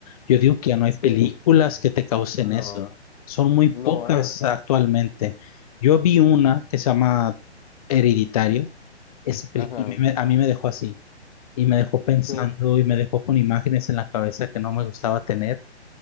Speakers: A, on the left; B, on the left.
A: Yo digo que ya no hay películas
B: sí,
A: que te causen
B: no,
A: eso. Son muy
B: no
A: pocas
B: hay.
A: actualmente. Yo vi una que se llama Hereditario. Esa película
B: Ajá,
A: a mí me, a mí me dejó así y me dejó pensando
B: yo,
A: y me dejó con imágenes en la cabeza que no me gustaba tener,